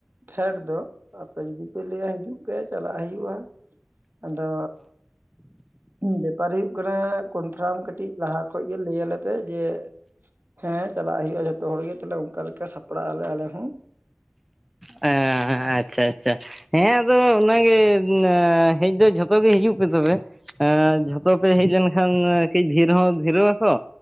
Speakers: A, on the right (about 55°); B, in the centre.
A: ᱯᱷᱮᱰ ᱫᱚ ᱟᱯᱮ ᱡᱩᱫᱤ ᱯᱮ ᱞᱟᱹᱭᱟ ᱦᱤᱡᱩᱜ ᱯᱮ ᱪᱟᱞᱟᱜ ᱦᱩᱭᱩᱜᱼᱟ᱾ ᱟᱫᱚᱻ ᱵᱮᱯᱟᱨ ᱦᱩᱭᱩᱜ ᱠᱟᱱᱟ ᱠᱚᱱᱯᱷᱟᱨᱢ ᱠᱟᱹᱴᱤᱡ ᱞᱟᱦᱟ ᱠᱷᱚᱡ ᱜᱮ ᱞᱟᱹᱭ ᱟᱞᱮᱯᱮ ᱡᱮ ᱦᱮᱸ ᱪᱟᱞᱟᱜ ᱦᱩᱭᱩᱜᱼᱟ ᱡᱚᱛᱚ ᱦᱚᱲ ᱜᱮ ᱛᱟᱦᱞᱮ ᱚᱱᱠᱟ ᱞᱮᱠᱟ ᱥᱟᱯᱲᱟᱜᱼᱟᱞᱮ ᱟᱞᱮ ᱦᱚᱸ
B: ᱟᱪᱪᱷᱟ ᱟᱪᱪᱷᱟ ᱦᱮᱸ ᱟᱫᱚ ᱚᱱᱟᱜᱮ ᱦᱮᱡ ᱫᱚ ᱡᱷᱚᱼᱼ ᱡᱷᱚᱛᱚ ᱜᱮ ᱦᱤᱡᱩᱜ ᱯᱮ ᱛᱚᱵᱮ ᱮ ᱡᱷᱚᱛᱚ ᱯᱮ ᱦᱮᱡ ᱞᱮᱱᱠᱷᱟᱱ ᱠᱟᱹᱡ ᱰᱷᱮᱨ ᱦᱚᱸ ᱰᱷᱮᱨᱚᱜ ᱟᱠᱚ